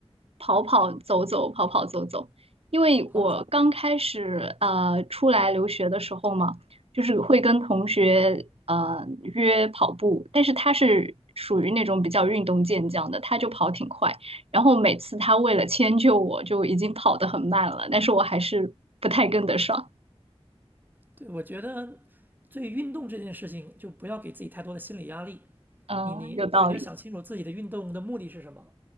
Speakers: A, on the right; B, on the right.
A: 跑跑走走，跑跑走走。因为我刚开始呃出来留学的时候嘛，
B: 跑步，
A: 就是会跟同学呃约跑步，但是他是属于那种比较运动健将的，他就跑挺快。然后每次他为了迁就我，就已经跑得很慢了，但是我还是不太跟得上。
B: 对，我觉得对运动这件事情，就不要给自己太多的心理压力。
A: 嗯、
B: 你你就你要想清楚自己的运动的目的是什么。
A: 有道理。